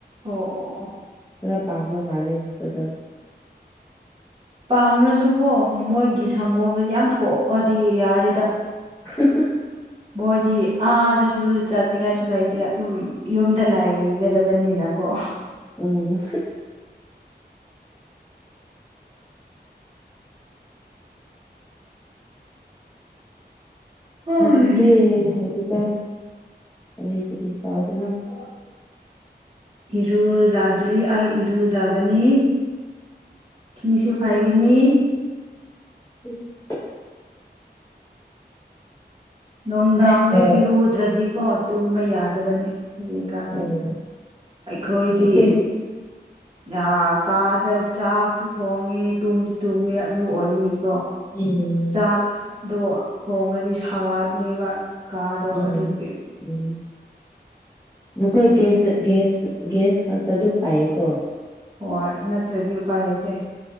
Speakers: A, on the right; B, on the left.
A: ꯑꯣ ꯑꯣ ꯑꯣ
B: ꯈꯔ ꯄꯥꯡꯕ ꯃꯥꯜꯂꯦ ꯃꯈꯣꯏꯗꯣ
A: ꯄꯥꯡꯔꯁꯨꯀꯣ ꯃꯣꯏꯒꯤ ꯁꯪꯒꯣꯝꯗ‌ꯣ ꯌꯥꯝ ꯊꯣꯛꯑꯗꯤ ꯌꯥꯔ‌ꯦꯗꯥ
B: <unintelligible>
A: ꯃꯣꯏꯗꯤ ꯑꯥꯗꯁꯨ ꯆꯠꯅꯤꯡꯉꯥꯏꯁꯨ ꯂꯩꯇꯦ ꯑꯗꯨꯝ ꯌꯨꯝꯗ ꯂꯩꯒꯗꯕꯅꯤꯅꯀꯣ
B: ꯎꯝ
A: ꯍꯣꯏ
B: ꯈꯪꯗ꯭ꯔ‌ꯦ ꯍꯧꯖꯤꯛꯀꯥꯟ ꯀꯔꯤ ꯀꯔꯤ ꯇꯥꯎꯕꯅꯣ
A: <unintelligible> ꯏꯔꯨꯖꯥꯗ꯭ꯔꯤ ꯑꯩ ꯏꯔꯨꯖꯥꯒꯅꯤ ꯊꯤꯁꯨ ꯐꯥꯏꯒꯅꯤ
B: ꯎꯝ <unintelligible>
A: ꯅꯨꯡꯗꯥꯡꯗ
B: ꯍꯦꯛꯇ
A: ꯏꯔꯨꯗ꯭ꯔꯗꯤꯀꯣ ꯇꯨꯝꯕ ꯌꯥꯗꯕꯅ‌ꯦ ꯍꯨꯖꯤꯛ ꯀꯥꯟꯁ‌ꯦ
B: ꯎꯝ
A: ꯑꯩꯈꯣꯏꯗꯤ
B: ꯑꯩꯈꯣꯏ
A: ꯑꯥ ꯀꯥꯗ ꯆꯥꯛꯁꯨ ꯊꯣꯡꯉꯤ ꯇꯨꯝꯁꯨ ꯇꯨꯝꯃꯤ ꯑꯗꯨ ꯑꯣꯏꯕꯒꯤꯀꯣ
B: ꯎꯝ
A: ꯆꯥꯛꯗꯣ ꯊꯣꯡꯉꯗꯤ ꯁꯥꯒꯠꯂ‌ꯦꯕ ꯀꯥꯗꯣ
B: ꯎꯝ
A: ꯑꯗꯨꯒꯤ
B: ꯎꯝ ꯅꯈꯣꯏ ꯒ‌ꯦꯖꯥ ꯒ‌ꯦꯁ ꯒꯦꯁ ꯈꯛꯇ ꯑꯗꯨꯝ ꯄꯥꯏꯌꯦꯀꯣ
A: ꯍꯣꯏ ꯅꯠꯇ꯭ꯔꯗꯤ ꯎꯄꯥꯏ ꯂꯩꯇ‌ꯦ